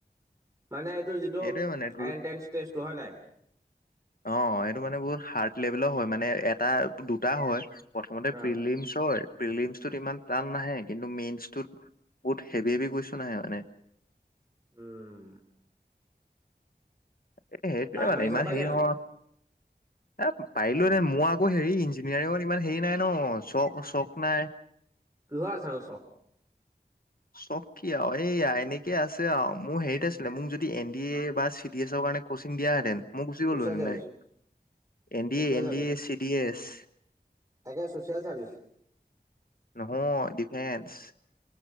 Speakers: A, on the right (about 20°); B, on the left (about 60°).
A: মানে এইটো যিটো
B: এইটোৱে মানে তোৰ
A: এনট্ৰেঞ্চ টেষ্টটো হয় নাই
B: অ এইটো মানে বহুত হাৰ্ড লেভেলৰ হয় মানে এটা দুটা হয়। প্ৰথমতে
A: অ
B: প্ৰিলিমছ হয় প্ৰিলিমছটোত ইমান টান নাহে কিন্তু মেইনচটোত বহুত হেভি হেভি কোৱেশ্যন আহে মানে
A: উম
B: এ সেইটোৱে
A: ট্ৰাই
B: মানে
A: মাৰি
B: ইমান
A: চাব পাৰিলেহেঁতেন
B: হেৰি নহয় এ পাৰিলো হেঁতেন মোৰ আকৌ হেৰি ইঞ্জিনিয়াৰিঙত ইমান হেৰি নাই ন চ চক নাই <inaudible>
A: কিহৰ আছে নো চক
B: <inaudible> চব কি আৰু এইয়া এনেকে আছে আৰু মোৰ হেৰিত আছিলে মোক যদি এন ডি এৰি বা চিত ডি এছৰ কাৰণে ক্ৰছিং দিয়া হেঁতেন মই গুচি
A: চচিয়েল
B: গলো হেতেন
A: service
B: direct N
A: social
B: D A N
A: service
B: D A চিত ডি এ এছ
A: তাকে ছচিয়েল চাৰ্ভিচ
B: নহয় ডিফেঞ্চ